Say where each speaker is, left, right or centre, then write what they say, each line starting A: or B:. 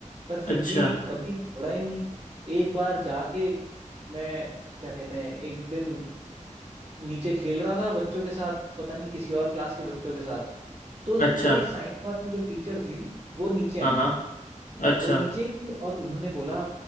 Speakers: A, on the right; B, on the left.
A: पर फिर
B: अच्छा
A: भी कभी छोड़ा ही नहीं एक बार जाके मैं क्या कहते हैं एक दिन नीचे खेल रहा था बच्चों के साथ पता नहीं किसी और क्लास के बच्चों के साथ तो
B: अच्छा
A: कोई साइंस वाली जो टीचर थी वो नीचे आई
B: हाँ हाँ अच्छा
A: वो नीचे ही थी और उन्होंने बोला